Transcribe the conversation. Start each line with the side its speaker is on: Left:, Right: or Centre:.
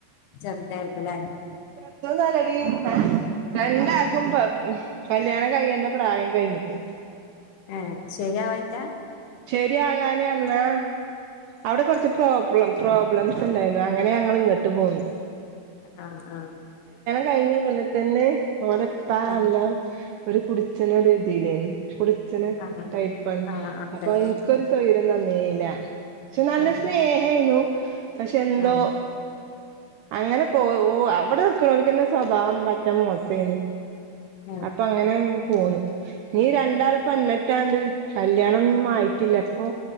Left: ചലട്ടക്കല്ലേ
Right: എത്തന്നല്ലടി രണ്ടാക്കും കല്യാണം കഴ്യേണ്ട പ്രായം കഴിഞ്ഞിപ്പോ
Left: ആഹ ശരിയാവായിട്ടാ
Right: ശെരിയാകാനെന്നാ അവിടെ കുറച്ച് പ്രോബ്ലംോബ് ണ്ടായി അങ്ങനെ ഞങ്ങൾ ഇങ്ങോട്ട് പോുന്നു
Left: ആഹ് ആഹ്
Right: കഴിഞ്ഞന്ന തന്നെ നമ്മടെ പാല്ല
Left: ആ
Right: ഒരു കുടിച്ചഛന വേത് ചെയതരുന്നു അച്ഛന്ടപ്പാണ്
Left: ആ ആ അതായിരിക്കും
Right: അപ്പൊ എനിക്കൊരു സ്വൈര്യം തന്നേല്ല പക്ഷെ നല്ല
Left: ആ
Right: സ്നേഹനു ക്ഷേ ന്തോ
Left: ആ
Right: അങ്ങനെ കൊ അവിടെ ക്ക്ണോരിക്കന്നെ സ്വഭാവം പറ്റാ മോസേനി
Left: ആ
Right: അപ്പൊ അങ്ങനെ പോന്നു നീ രണ്ടാള് പെണ്ണെട്ടാണ്ട് കല്യാണൊന്നും ആയിട്ടില്ല അപ്പൊ